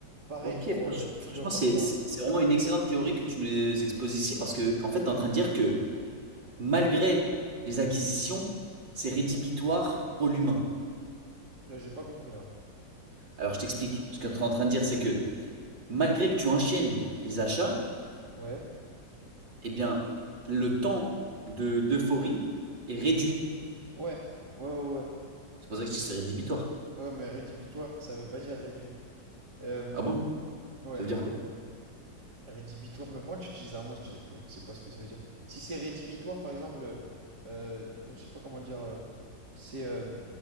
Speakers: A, on the right (about 60°); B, on the right (about 75°).
A: Pareil
B: Ok,
A: pour...
B: franch-
A: euh, tu
B: franchement,
A: peux partir...
B: c'est c'est- c'est vraiment une excellente théorie que tu nous exposes ici parce que, en fait, tu es en train de dire que malgré les acquisitions, c'est rédhibitoire pour l'humain.
A: Euh, J'ai pas compris là.
B: Alors, je t'explique. Ce que tu es en train de dire, c'est que malgré que tu enchaînes les achats,
A: Ouais,
B: eh bien, le temps de d'euphorie est réduit.
A: ouais, ouais, ouais, ouais.
B: C'est pour ça que je dis que c'est rédhibitoire.
A: Ouais, mais rédhibitoire, ça veut pas dire réduit. Euh,
B: Ah bon?
A: ouais,
B: Ça veut dire quoi?
A: rédhibitoire. Mais pourquoi tu utilises un mot si tu sais pas, tu sais pas ce que ça veut dire? Si c'est rédhibitoire, par exemple, euh, euh, je sais pas comment dire, euh, c'est, euh,